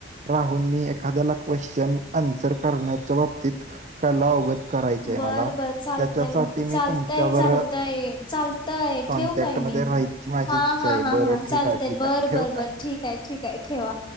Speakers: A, on the right; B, on the left.
A: राहून मी एखाद्याला क्वेशचन आन्सर करण्याच्या बाबतीत कला उगत करायचंय
B: बर
A: मला
B: बर चालतय
A: त्याच्यासाठी
B: मग चालतय
A: मी तुमच्यावर
B: चालतय चालतय
A: कॉन्टॅक्ट
B: ठेव काय
A: मध्ये
B: मी
A: राहायची माझी
B: हा
A: इच्छा
B: हा
A: आहे
B: हा
A: बरं
B: हा चालतय
A: ठीक आहे ठीक
B: बरं
A: आहे ठेव
B: बर
A: का?
B: बर ठीक आहे ठीक आहे ठेवा